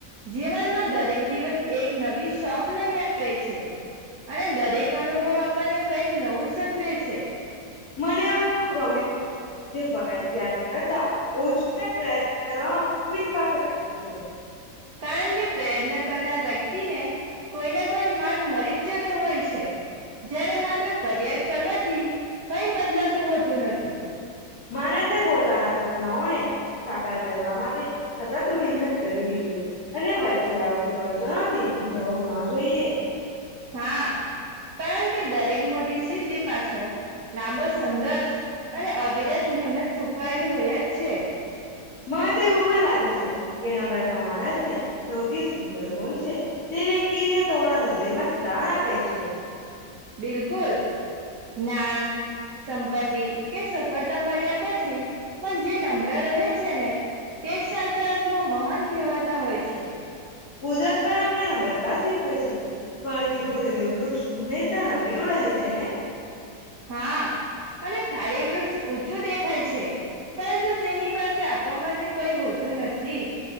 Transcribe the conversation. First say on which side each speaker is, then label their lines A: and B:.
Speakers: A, on the right; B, on the left.
A: જીવનમાં દરેક દિવસ એક નવી શોક લઈને આવે છે. અને દરેક અનુભવ આપણને કંઈક નવું શખવે છે.
B: મને એ ગમે જે ફરજયાત કરતા ઓછો પ્રયત્ન કરવાવામાં વિશ્વાસ <unintelligible> એ છે
A: કારણ કે પ્રયત્ન કરનાર વ્યક્તિને કોઈને કોઈ માર્ગ મળી જ જતો હોય છે. જ્યારે માત્ર ફરિયાદ કરવાથી કઈ બદલાતું હોતું નથી.
B: માણસે પોતાના સપનાઓ ને સાકાર કરવા માટે સતત મહેનત કરવી જોઈએ. અને વચ્ચે આવતી અડચનોથી ઘભરાવું ન જોઈએ.
A: હા! કારણ કે દરેક મોટી સિદ્ધિ પાછળ લાંબો સંઘર્ષ અને અવિરત મહેનત છુપવાયેલી હોય જ છે.
B: મને તો એવું પણ લાગે છે. કે નમ્રતા માણસ ને સૌથી સુંદર ગુણ છે. તે વ્યક્તિને સૌના હૃદયમાં સ્થાન આપે છે.
A: બિલકુલ જ્ઞાન સંપત્તિ કે સફળતા મળ્યા પછી પણ જે નમ્ર રહે છે ને તે સાચા અર્થમાં મહંત કહેવાતા હોય છે.
B: કુદરત પણ આપણે નમ્રતા શીખવે છે ફળથી ભરેલું વૃક્ષ હંમેશા નમેલું રહે છે ને
A: હા અને ખાલી વૃક્ષ ઊંચું દેખાય છે. પરંતુ તેની પાસે આપવા માટે કઈ હોતું નથી